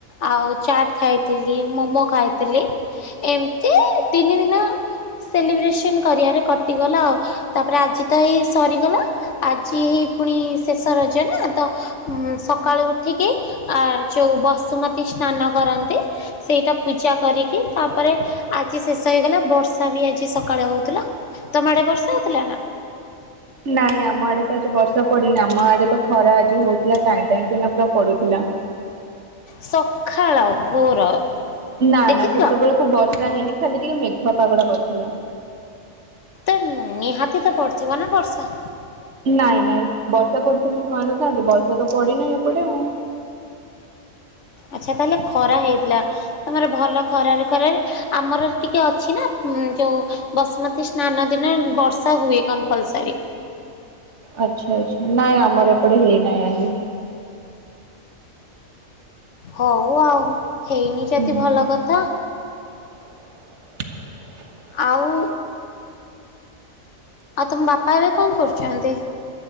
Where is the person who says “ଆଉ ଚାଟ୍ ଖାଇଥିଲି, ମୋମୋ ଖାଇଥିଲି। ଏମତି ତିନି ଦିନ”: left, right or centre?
Left